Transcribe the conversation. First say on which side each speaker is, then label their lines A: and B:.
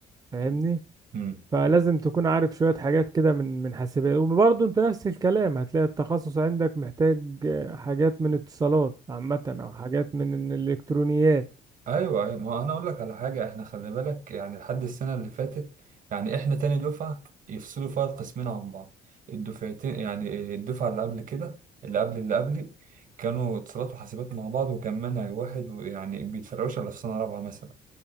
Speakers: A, on the right; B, on the right.
A: فاهمني
B: امم
A: فلازم تكون عارف شوية حاجات كده من من حاسبات وبرضه انت نفس الكلام هتلاقي التخصص عندك محتاج آه، حاجات من اتصالات عامة او حاجات من الالكترونيات
B: ايوه ايوه ما هو انا اقول لك على حاجه احنا خلي بالك يعني لحد السنه اللي فاتت يعني احنا تاني دفعه يفصلوا فيها القسمين عن بعض الدفعتين يعني الدفعه اللي قبل كده اللي قبل اللي قبلي كانوا اتصالات وحاسبات مع بعض وكان منهج واحد ويعني بيتفرعوش الا في سنه رابعه مثلا